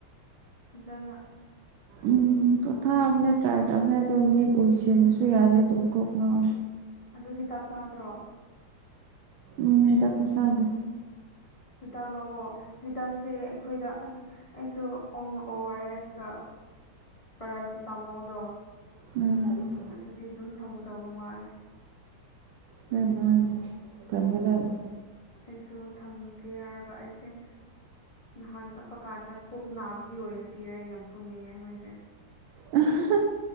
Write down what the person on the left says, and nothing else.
ꯐꯖꯅ
ꯑꯗꯨ ꯍꯤꯗꯥꯛ ꯆꯥꯗ꯭ꯔꯣ
ꯍꯤꯗꯥꯛ ꯂꯥꯛꯑꯣ ꯍꯤꯗꯥꯛꯁꯦ ꯑꯩꯈꯣꯏꯗ ꯑꯁ ꯑꯩꯁꯨ ꯑꯣ ꯑꯣ ꯑꯥꯔ ꯑꯦꯁꯀ ꯄ꯭ꯔꯥꯁꯤꯇꯥꯃꯣꯗꯣ
ꯑꯗꯨꯗꯤ ꯑꯗꯨꯝ ꯊꯝꯃꯨ ꯇꯧꯕ ꯃꯥꯜꯂꯦ
ꯑꯩꯁꯨ ꯊꯝꯒꯦ ꯍꯥꯏꯔꯒ ꯑꯩꯁꯦ ꯅꯍꯥꯟ ꯆꯠꯄ ꯀꯥꯟꯗ ꯄꯨꯛ ꯅꯥꯕꯒꯤ ꯑꯣꯏꯅ ꯄꯤꯔꯛꯑꯦ ꯌꯥꯝ ꯐꯨꯅꯤꯡꯉꯦ ꯃꯣꯏꯁꯦ